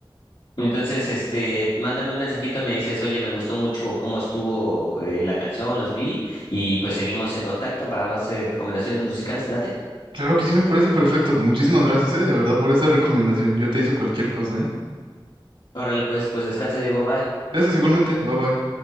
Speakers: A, on the left (about 60°); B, on the right (about 85°).
A: Entonces, este, mándame un mensajito, me dices, oye, me gustó mucho cómo estuvo eh, la canción, los vi, y pues seguimos en contacto para más eh, recomendaciones musicales, ¿te late?
B: Claro que sí, me parece perfecto, muchísimas gracias, eh, de verdad, por esa recomendación, yo te hice cualquier cosa, eh.
A: Órale, pues, pues descansa, Diego, bye.
B: Gracias igualmente, bye bye.